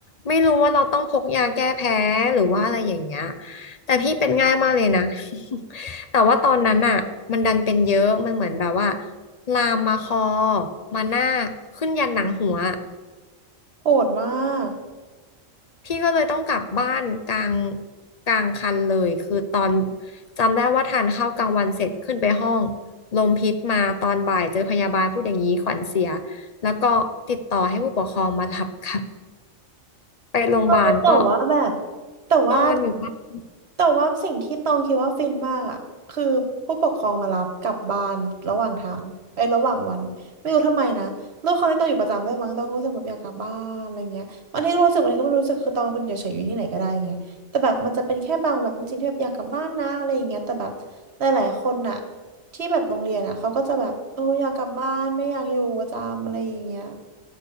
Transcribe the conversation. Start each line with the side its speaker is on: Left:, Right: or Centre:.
Left: ไม่รู้ว่าเราต้องพกยาแก้แพ้หรือว่าอะไรอย่างเงี้ยแต่พี่เป็นง่ายมากเลยนะ
Right: ค่ะ
Left: <laughs> แต่ว่าตอนนั้นอ่ะมันดันเป็นเยอะมันเหมือนแบบว่าลามมาคอมาหน้าขึ้นยันหนังหัว
Right: โหดมาก
Left: พี่ก็เลยต้องกลับบ้านกลางกลางคันเลยคือตอนจำได้ว่าทานข้าวกลางวันเสร็จขึ้นไปห้องลมพิษมาตอนบ่ายเจอพยาบาลพูดอย่างนี้ขวัญเสียแล้วก็ติดต่อให้ผู้ปกครองมารับ <laughs> ครับไปโรงพยาบาลก็
Right: เออแต่ว่าแบบแต่ว่า
Left: นอนอยู่ <laughs>
Right: แต่ว่าสิ่งที่ตองคิดว่าฟินมากอ่ะคือผู้ปกครองมารับกลับบ้านระหว่างทางเอ้ยระหว่างวันไม่รู้ทำไมนะด้วยความที่ตองอยู่ประจำด้วยมั้งตองรู้สึกแบบอยากกลับบ้านอะไรเงี้ยบางทีก็รู้สึกบางทีก็ไม่รู้สึกคือตองเป็นคนเฉยๆอยู่ที่ไหนก็ได้ไงแต่แบบมันจะเป็นแค่บางแบบจริงๆที่แบบอยากกลับบ้านนะอะไรอย่างเงี้ยแต่แบบหลายๆคนน่ะที่แบบโรงเรียนอ่ะเขาก็จะแบบโอ้อยากกลับบ้านไม่อยากอยู่ประจำอะไรอย่างเงี้ย